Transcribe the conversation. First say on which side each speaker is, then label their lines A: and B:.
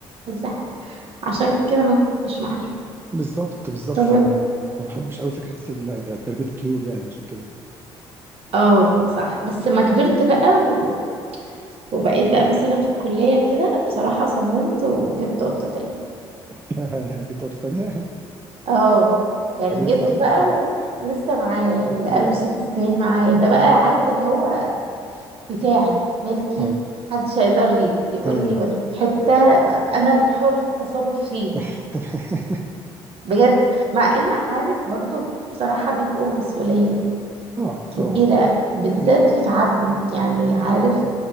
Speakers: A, on the right (about 60°); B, on the right (about 20°).
A: عايزة حاجة عشان كده ما مش معايا
B: بالظبط بالظبط
A: طب-
B: فانا ما بحبش قوي فكره ال- تربيه الطيور يعني عشان كده
A: اه صح بس ما كبرت بقى و... وبقيت بقى مثلا في الكلية كده بصراحة صممت وجبت قطة تاني
B: <laughs> جبت نقطه تانيه <laughs>
A: اه يعني
B: وده
A: جبته
B: لسه عندك
A: بقى
B: ولا
A: و- لسه معايا يعني بقاله
B: بجد
A: ست سنين معايا ده بقى
B: ياه
A: عارف اللي هو بتاعي ملكي
B: اه
A: محدش هيقدر ي- يقول
B: ايوه
A: لي وديك حتة ما- انا اللي حرة التصرف فيه
B: <laughs>
A: يعني بجد مع ان عارف برضو بصراحة بيبقوا مسؤولية
B: طبعا
A: كبيرة
B: طبعا
A: بالذات
B: ال...
A: في تعبهم يعني عارف